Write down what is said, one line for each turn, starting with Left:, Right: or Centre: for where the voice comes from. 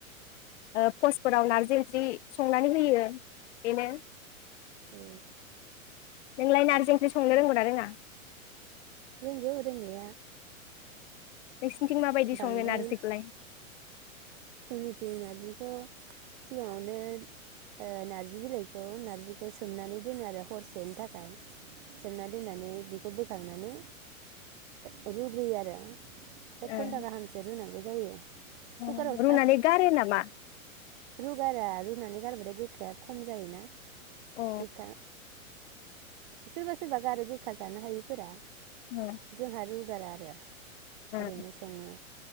Left: ओ भस फोराव नारजि ओंख्रि संनानै होयो इनो
Right: औ
Left: नोंलाय नारजि ओंख्रि संनो रोंगौना रोङा।
Right: रोंगौ रोंनाया
Left: नोंसिनिथिं माबायदि
Right: बांद्राय
Left: सङो नारजिखौलाय।
Right: जोंनिथिं नारजिखौ सिगाङावनो ओ नार्जि बिलाइखौ नार्जिखौ सोमनानै दोनो आरो हरसेनि थाखाय सोमना दोननानै बेखौ बोखांना माने ओ रुग्रोयो आरो एक
Left: ओ
Right: घन्टा गाहामसो रुनांगौ जायो
Left: अ
Right: कुकार आवसो
Left: रुनानै गारो नामा
Right: रुगारा रुनानै गारबाथाय गोखाया खम जायोना
Left: ओ
Right: गथा सोरबा सोरबा गारो गोखा जानो हायिफोरा
Left: ओ
Right: जोंहा रुगारा आरो
Left: ओ
Right: ओरैनो सङो